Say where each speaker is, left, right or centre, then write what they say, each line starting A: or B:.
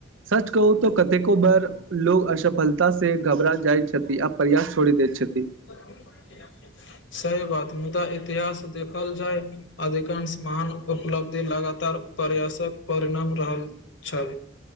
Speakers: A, on the right; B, on the left.
A: सच कहू तऽ कतेको बार लोग असफलता से घबरा जाइत छथि आ प्रयास छोड़ि दैत छथि।
B: <unintelligible> सही बात मुदा इतिहास देखल जाय अधिकांश महान उपलब्धि लगातार प्रयासक परिणाम रहल छल।